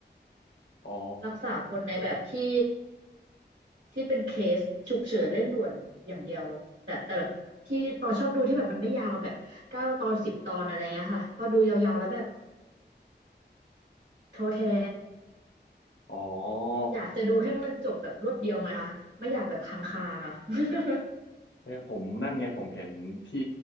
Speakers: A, on the left (about 90°); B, on the right (about 85°).
A: อ๋อ
B: รักษาคนในแบบที่ที่เป็นเคสฉุกเฉินเร่งด่วนอย่างเดียวแต่แต่แบบที่ปอชอบดูที่แบบมันไม่ยาวแบบเก้าตอนสิบตอนอะไรเงี้ยค่ะพอดูยาวๆแล้วแบบท้อแท้
A: อ๋อ
B: อยากจะดูให้มันจบแบบรวดเดียวไงคะไม่อยากแบบค้างคาค่ะ <laughs>
A: เนี่ยผมนั่นไงผมเห็นที่